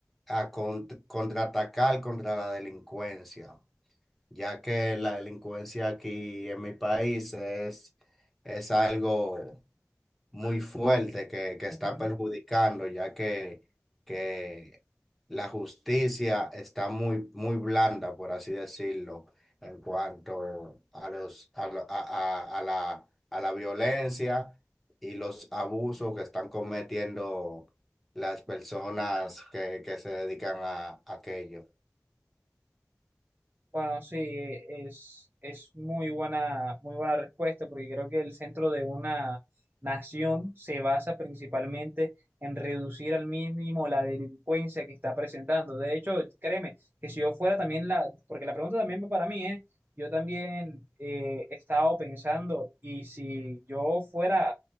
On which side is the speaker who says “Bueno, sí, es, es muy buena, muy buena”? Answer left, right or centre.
Right